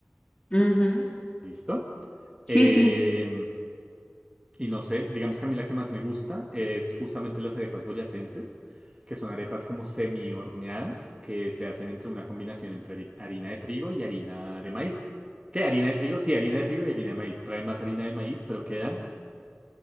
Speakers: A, on the left (about 25°); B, on the right (about 20°).
A: Ujú.
B: ¿Listo?
A: Sí,
B: Eh,
A: sí,
B: y no sé, digamos que a mí la que más me gusta es justamente las arepas boyacenses, que son arepas como semi horneadas, que se hacen entre una combinación entre hari- harina de trigo y harina de maíz. ¿Qué? ¿Harina de trigo? Sí, harina de trigo y harina de maíz. Traen más harina de maíz, pero quedan